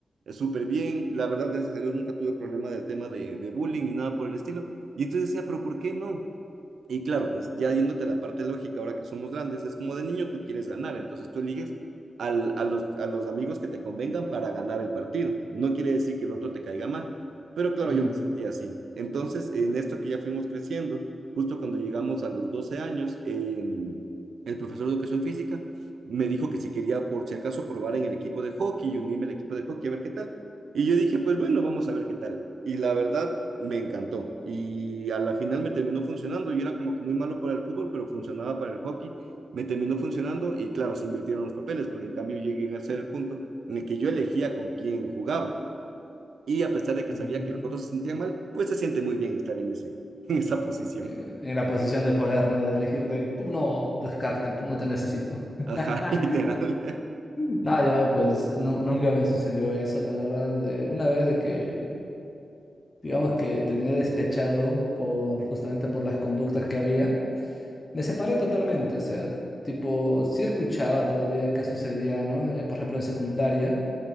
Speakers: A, on the right; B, on the left.
A: eh, súper bien, la verdad, gracias a Dios nunca tuve problema del tema de, de bullying ni nada por el estilo. Y entonces decía, pero ¿por qué no? Y claro, pues ya yéndote a la parte lógica, ahora que somos grandes, es como de niño tú quieres ganar, entonces tú eliges al, a los, a los amigos que te convengan para ganar el partido. No quiere decir que el otro te caiga mal, pero claro,
B: Mm,
A: yo me sentía así. Entonces, en esto que ya fuimos creciendo, justo cuando llegamos a los 12 años, eh, el profesor de educación física me dijo que si quería, por si acaso, probar en el equipo de hockey y unirme al equipo de hockey a ver qué tal. Y yo dije, pues bueno, vamos a ver qué tal y la verdad me encantó. Y a la final me terminó funcionando. Yo era como que muy malo para el fútbol, pero funcionaba para el hockey. Me terminó funcionando y claro, se invirtieron los papeles, porque en cambio llegué a ser el punto en el que yo elegía con quién jugaba. Y a pesar de que
B: mm.
A: sabía que los otros se sentían mal, pues se siente muy bien estar en, ese, <laughs> en esa posición.
B: Eh, En la posición de poder, ¿no? De elegir de, tú no, descarte, tú no te necesito. <laughs>
A: Ajá, <laughs> literal.
B: Nada, yo pues nu- nunca me sucedió eso, la verdad. de- una vez de que, digamos que terminé despechado por justamente por las conductas que había. Me separé totalmente, o sea, tipo, sí escuchaba todavía qué sucedía, ¿no? Eh, por ejemplo, en secundaria,